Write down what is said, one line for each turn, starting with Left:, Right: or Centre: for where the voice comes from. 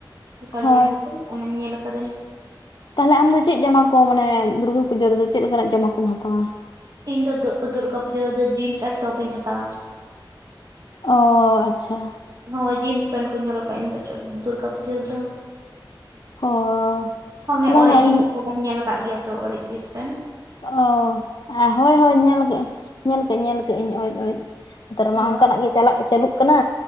Right: ᱥᱳᱥᱟᱞ
Left: ᱦᱳᱭ
Right: ᱢᱤᱰᱤᱭᱟ ᱠᱚᱨᱮ ᱚᱱᱟᱧ ᱧᱮᱞ ᱠᱟᱫᱟᱹᱧ᱾
Left: ᱛᱟᱦᱞᱮ ᱟᱢᱫᱚ ᱪᱮᱫ ᱡᱟᱢᱟ ᱠᱚ ᱢᱟᱱᱮ ᱫᱩᱨᱜᱟᱹ ᱯᱩᱡᱟᱹ ᱨᱮᱫᱚ ᱪᱮᱫ ᱞᱮᱠᱟᱱᱟᱜ ᱡᱟᱢᱟ ᱠᱚᱢ ᱦᱟᱛᱟᱣᱟ?
Right: ᱤᱧ ᱫᱚ ᱫᱩᱨᱜᱟ ᱯᱩᱡᱟᱹ ᱨᱮᱫᱚ ᱡᱤᱱᱥ ᱟᱨ ᱴᱚᱯ ᱤᱧ ᱦᱟᱛᱟᱣᱟ᱾
Left: ᱚᱻ ᱟᱪᱪᱷᱟ᱾
Right: ᱦᱳᱭ ᱡᱤᱱᱥ ᱯᱮᱱᱴ ᱠᱚᱧ ᱦᱚᱨᱚᱜᱼᱟ ᱤᱧ ᱫᱚ ᱪᱚ ᱫᱩᱨᱜᱟ ᱯᱩᱡᱟᱹ ᱨᱮᱫᱚ᱾
Left: ᱦᱳᱭ
Right: ᱚᱱᱮ
Left: ᱵᱟᱝᱟ
Right: ᱚᱲᱮᱡ ᱡᱤᱱᱥ
Left: ᱤᱧ
Right: ᱯᱮᱱᱴ ᱧᱮᱞ ᱠᱟᱜ ᱜᱮᱭᱟ ᱛᱚ ᱚᱲᱮᱡ ᱡᱤᱱᱥ ᱯᱮᱱᱴ?
Left: ᱚᱻ ᱦᱳᱭ ᱦᱳᱭ ᱧᱮᱞ ᱠᱟᱜ ᱟᱹᱧ ᱧᱮᱞ ᱠᱟᱜ ᱟᱹᱧ ᱧᱮᱞ ᱠᱟᱜ ᱟᱹᱧ ᱚᱲᱮᱡ ᱚᱲᱮᱡ ᱱᱮᱛᱟᱨ
Right: ᱦᱳᱭ
Left: ᱢᱟ ᱚᱱᱠᱟᱱᱟᱜ ᱜᱮ ᱪᱟᱞᱟᱜ ᱪᱟᱹᱞᱩᱜ ᱠᱟᱱᱟ᱾